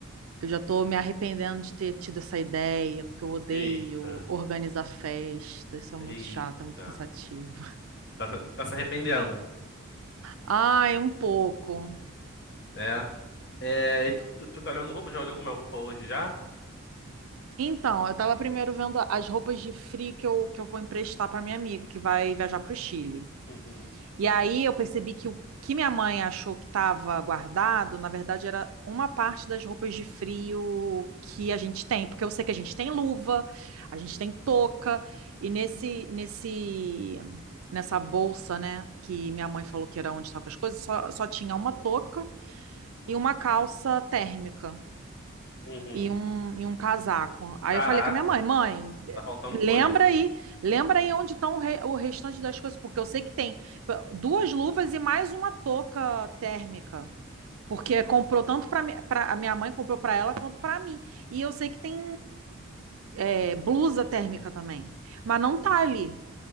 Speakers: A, on the right; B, on the left.
A: Eu já tô me arrependendo de ter tido essa ideia, porque eu odeio
B: Eita,
A: organizar festa, isso é
B: eita.
A: muito chato, é muito cansativo.
B: Tá, se- tá se arrependendo,
A: Ai, um pouco.
B: né? É, e tu, tu, tu tá olhando roupa? Já olhou alguma roupa hoje já?
A: Então, eu tava primeiro vendo as roupas de frio que eu, que eu vou emprestar para minha amiga que vai viajar para o Chile.
B: Uhum.
A: E aí eu percebi que o que minha mãe achou que estava guardado, na verdade, era uma parte das roupas de frio que a gente tem, porque eu sei que a gente tem luva, a gente tem touca, e nesse, nesse, nessa bolsa, né, que minha mãe falou que era onde estavam as coisas, só, só tinha uma touca e uma calça térmica.
B: Uhum.
A: e um, e um casaco. Aí
B: Caraca,
A: eu falei com a minha mãe, mãe,
B: tá faltando
A: lembra
B: coisa.
A: aí, lembra aí onde estão o, re- o restante das coisas, porque eu sei que tem duas luvas e mais uma touca térmica. Porque comprou tanto para a minha mãe, comprou para ela quanto para mim. E eu sei que tem é, blusa térmica também. Mas não tá ali.